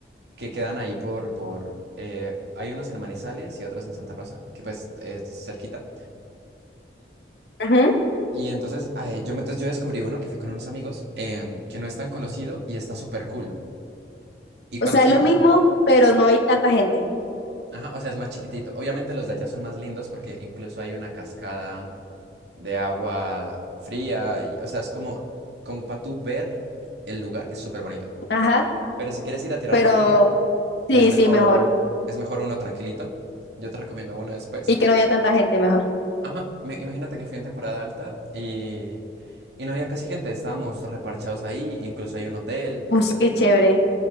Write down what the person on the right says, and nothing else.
que quedan ahí por, por, eh, hay unos en Manizales y otros en Santa Rosa, que pues es cerquita.
Y entonces, eh, yo, me- entonces yo descubrí uno que fui con unos amigos em, que no es tan conocido y está súper cool. Y cuando
fuimos,
ajá, o sea, es más chiquitito. Obviamente los de allá son más lindos porque incluso hay una cascada de agua fría. y- o sea, es como, como para tú ver el lugar, es súper bonito.
Pero si quieres ir a tirar
baño,
es mejor,
es mejor uno tranquilito. Yo te recomiendo uno después.
Ajá, me- imagínate que fui en temporada alta y, y no había casi gente. Estábamos reparchados ahí, incluso hay un hotel.